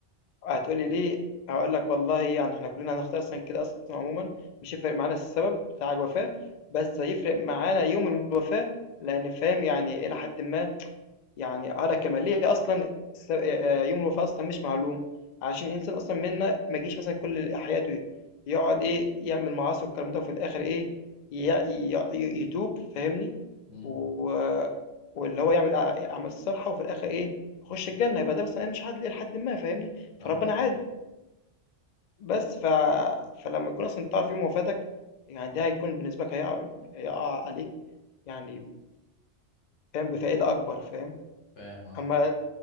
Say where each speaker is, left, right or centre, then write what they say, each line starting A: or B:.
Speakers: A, on the left; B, on the left.
A: هتقول لي ليه، هاقول لك والله يعني إحنا كُلّنا هنختار أصلًا كده أصلًا عمومًا، مش هيفرق معانا السبب بتاع الوفاة، بس هيفرق معانا يوم الوفاة، لإن فاهم يعني إلى حدٍ ما يعني على كمال ليه أصلا الس- آه، يوم الوفاة أصلا مش معلوم عشان الإنسان أصلا منا ما يجيش مثلا كل حياته يقعد إيه يعمل معاصي والكلام ده وفي الآخر إيه ي- ي- ي- يتوب فاهمني
B: مم.
A: و... واللي هو يعمل أع- أعمال الصالحة وفي الآخر إيه يخش الجنة يبقى ده مثلا إيه، مش عادل إيه لحد ما فاهمني فربنا
B: اه
A: عادل بس ف... فلما يكون أصلا تعرف يوم وفاتك يعني ده هيكون بالنسبة لك هيقع هيقع عليك يعني فاهم بفائدة أكبر فاهم
B: فاهم اه
A: أمّا